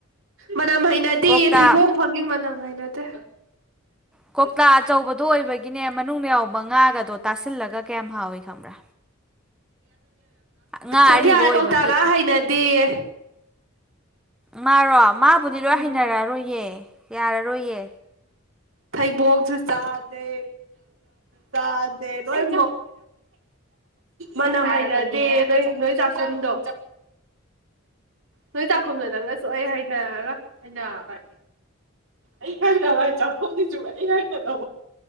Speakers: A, on the right; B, in the centre.
A: ꯃꯅꯝ ꯍꯩꯅꯗꯤ
B: ꯀꯧꯇꯥ
A: ꯊꯩꯕ ꯐꯪꯉ ꯃꯅꯝ ꯍꯥꯏ ꯅꯠꯇꯦ
B: ꯀꯧꯇꯥ
A: <unintelligible>
B: ꯑꯆꯧꯕꯗꯣ ꯑꯣꯏꯕꯒꯤꯅꯦ ꯃꯅꯨꯡꯗ ꯌꯥꯎꯕ ꯉꯥꯒꯗꯣ ꯇꯥꯁꯤꯜꯂꯒ ꯀꯌꯥꯝ ꯍꯥꯎꯏ ꯈꯪꯕ꯭ꯔꯥ ꯉꯥ
A: ꯁꯣꯐꯤꯌꯥꯔ
B: ꯑꯔꯤꯕ ꯑꯣꯏꯕꯒꯤ
A: ꯀꯧꯇꯥꯒ ꯍꯩꯅꯗꯦꯌꯦ
B: ꯃꯥꯔꯣ ꯃꯥꯕꯨꯗꯤ ꯂꯣꯏ
A: ꯎꯝ
B: ꯍꯩꯅꯔꯛꯑꯔꯣꯏꯌꯦ ꯌꯥꯔꯔꯣꯏꯌꯦ
A: ꯊꯩꯕꯣꯛꯁꯨ ꯆꯥꯗꯦ ꯆꯥꯗꯦ ꯂꯣꯏ ꯃꯅꯝ ꯃꯥꯏꯅꯗꯤꯦ ꯅꯣꯏ ꯅꯣꯏ ꯆꯥꯛ ꯆꯗꯣ ꯅꯣꯏ ꯇꯥꯛꯈꯨꯝꯗꯣ ꯅꯪꯅꯁꯨ ꯑꯩ ꯍꯥꯏꯅꯔꯒ ꯍꯥꯏꯩꯅ ꯑꯩ ꯍꯥꯏꯅ ꯂꯥꯏ ꯆꯥꯛꯐꯅꯤ ꯆꯕ ꯑꯩ ꯍꯥꯏꯅ ꯇ